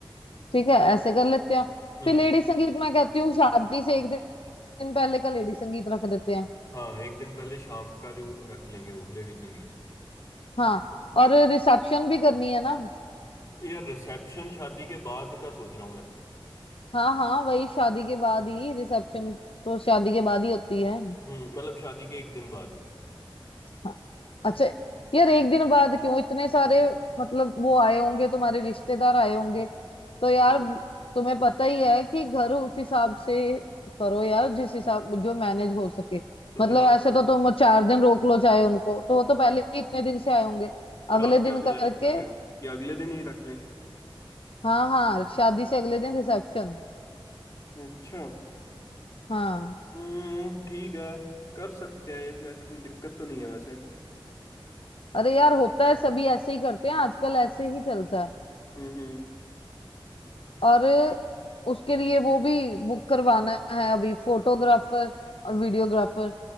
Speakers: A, on the left; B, on the left.
A: ठीक है ऐसे कर लेते हैं
B: हम्म
A: फिर लेडी संगीत मैं कहती हूँ शादी से एक दिन पहले का लेडी संगीत रख देते हैं
B: हाँ एक दिन पहले शाम का जो रख लेंगे वो लेडी संगीत
A: हाँ और रिसेप्शन भी करनी है ना
B: यार रिसेप्शन शादी के बाद का सोच रहा हूँ मैं
A: हाँ हाँ वही शादी के बाद ही रिसेप्शन तो शादी के बाद ही होती है
B: हम्म मतलब शादी के एक दिन बाद
A: हाँ। अच्छा यार एक दिन बाद क्यों इतने सारे मतलब वो आए होंगे तुम्हारे रिश्तेदार आए होंगे तो यार
B: हम्म
A: तुम्हें पता ही है कि घर उस हिसाब से करो यार जिस हिसाब जो मैनेज हो सके
B: तो
A: मतलब
B: फिर आप
A: ऐसे तो तुम चार दिन रोक लो चाहे उनको तो वो तो पहले ही इतने दिन से आए होंगे
B: फिर
A: अगले
B: आप
A: दिन
B: क्या सजेस्ट
A: करके
B: कर रहे हो कि अगले दिन ही रख लें
A: हाँ हाँ शादी से अगले दिन रिसेप्शन
B: अच्छा
A: हाँ
B: हम्म ठीक है कर सकते हैं ऐसे ऐसे कोई दिक्कत तो नहीं है वैसे
A: अरे यार होता है सभी ऐसे ही करते हैं आजकल ऐसे ही चलता है
B: हम्म हम्म
A: और उसके लिए वो भी बुक करवाना है अभी फोटोग्राफर और वीडियोग्राफर